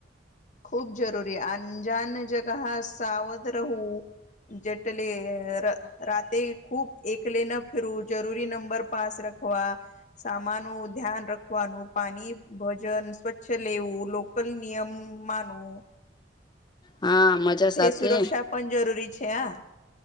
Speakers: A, on the left; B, on the left.
A: ખૂબ જરૂરી અંજાન જગા સાવધ રહું. જેટલે રાતે ખૂબ એકલે ન ફિરવું જરૂરી નંબર પાસ રખવા સામાનું ધ્યાન રખવાનું પાણી, ભોજન સ્વચ્છ લેવું લોકલ નિયમ માનવું.
B: હા મજા સાથે
A: સુરક્ષા પણ જરૂરી છે હા